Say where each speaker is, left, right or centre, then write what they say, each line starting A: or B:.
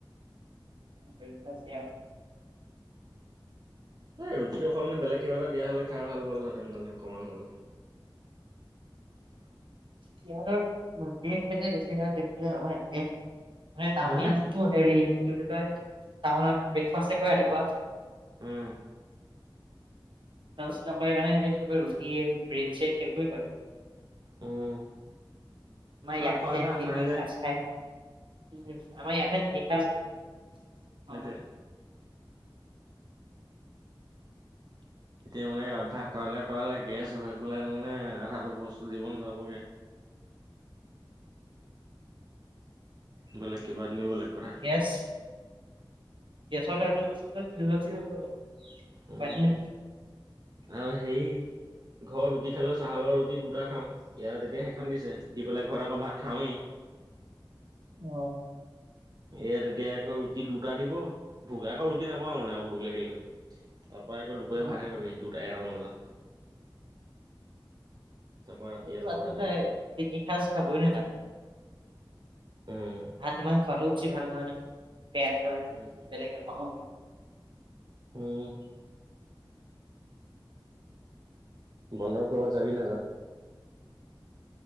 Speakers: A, on the right (about 70°); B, on the right (about 50°).
A: <unintelligible>
B: এই ৰুতিটো সলনি বেলেগ কিবা এটা দিয়া হলে খাই ভাল পালোঁহেঁতেন মানে অকমান হ'লেও।
A: সিহঁতৰ ৰুতিয়ে খাইনে বেছিভাগ ক্ষেত্ৰত আমাৰ এনকে মানে টাউনীয়া
B: হা
A: হেৰি, কি বুলি কয়, টাউনত ব্ৰেকফাষ্ট কৰে ৰাতিপুৱা।
B: উম
A: লান্সৰ কাৰণে সিহঁতি ৰুটি এই ব্ৰেড-ছেদ সেইবোৰে কৰে।
B: উম।
A: আমাৰ
B: খোৱা
A: ইয়াত
B: অভ্যাস
A: হে
B: নাই যে
A: তিনি সাজ খায় আমাৰ ইয়াত হে তিনি সাজ খা
B: হয় দে। এতিয়া মানে অভ্যাস কৰালে কৰালে গেছ হৈ পেলাই মানে আধা দহ বস্তু জীৱন যাবগৈ। বেলেগ কিবা দিলও বেলেগ কথা।
A: ইয়েছ। গেছ ৰ টেবলেট চেবলেট কিনি লবি হৈ যাব।
B: উম,
A: পাইছিলে।
B: আৰু হেই- ঘৰত ৰুটি খালেও চাহৰ ৰুটি দুটা খাওঁ ইয়াত এতিয়া সেইখন দিছে দি পেলাই ঘৰত আকৌ ভাত খাওঁৱেই।
A: অ'।
B: ইয়াত এতিয়া আকৌ ৰুটি দুটা দিব ভোক আকৌ ৰুটি নাপাওঁ মানে ভোক লাগিলেও। তাৰ পৰা আকৌ দুপৰীয়া
A: উম,
B: ভাতহে পাবি দুটা এটামান বজাত। তাৰপৰা ৰাতি
A: এইটো
B: আকৌ
A: আচলতে
B: ভাত দিব।
A: তিনিসাঁজ খাবই নেলাগে।
B: উম।
A: ভাত ইমান খোৱাটোও বেছি ভাল নহয়। পেট হয়,
B: উম।
A: বেলেগ বেমাৰো আহে।
B: উম। বন্ধত ক'ৰবাত যাবি নাযাওঁ?